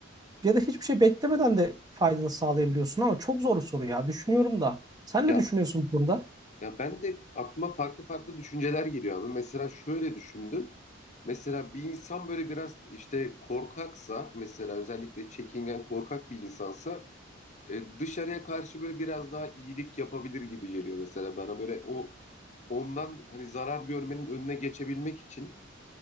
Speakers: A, on the right (about 20°); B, on the left (about 35°).
A: ya da hiçbir şey beklemeden de faydalı sağlayabiliyorsun ama çok zor bir soru ya. Düşünüyorum da. Sen
B: Ya
A: ne düşünüyorsun bunda?
B: Ya ben de aklıma farklı farklı düşünceler geliyor abi. Mesela şöyle düşündüm. Mesela bir insan böyle biraz işte korkaksa mesela özellikle çekingen korkak bir insansa e, dışarıya karşı böyle biraz daha iyilik yapabilir gibi geliyor mesela bana. Böyle o ondan hani zarar görmenin önüne geçebilmek için